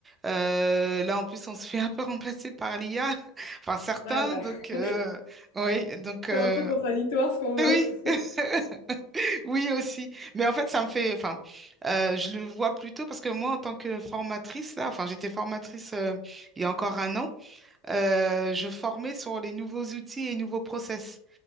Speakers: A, on the right; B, on the left.
A: Euh, là, en plus, on se fait un peu remplacer par l'IA, <laughs> enfin certains.
B: ouais, bah,
A: Donc, euh,
B: <laughs>
A: oui, donc, euh,
B: c'est un peu contradictoire ce qu'on
A: oui.
B: <laughs>
A: <laughs> Oui aussi, mais en fait ça me fait, enfin, euh, je le vois plutôt parce que moi en tant que formatrice là, enfin j'étais formatrice euh, il y a encore un an, euh, je formais sur les nouveaux outils et les nouveaux process.